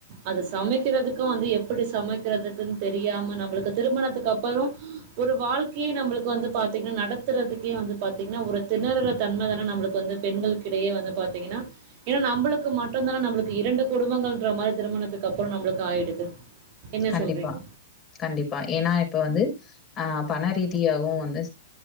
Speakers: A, on the right; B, on the left.
A: அது சமைக்கிறதுக்கு வந்து எப்புடி சமைக்கிறதுக்குன்னு தெரியாம நம்பளுக்கு திருமணத்துக் அப்பறொ ஒரு வாழ்க்கையே நம்மளுக்கு வந்து பாத்திங்கன்னா நடத்துறதுக்கே வந்து பாத்திங்ன்னா ஒரு திணறுற தன்ம தானே நம்மளுக்கு வந்து பெண்களுக்கிடையே வந்து பாத்திங்கன்னா ஏன்னா நம்பளுக்கு மட்டுந் தான நம்ளுக்கு இரண்டு குடும்பங்கள்ன்ற மாரி திருமணத்துக்கு அப்பறொ நம்பளுக்கு ஆயிடுது என்ன
B: கண்டிப்பா
A: சொல்றீங்க?
B: கண்டிப்பா ஏன்னா இப்ப வந்து அ பண ரீதியாகு வந்து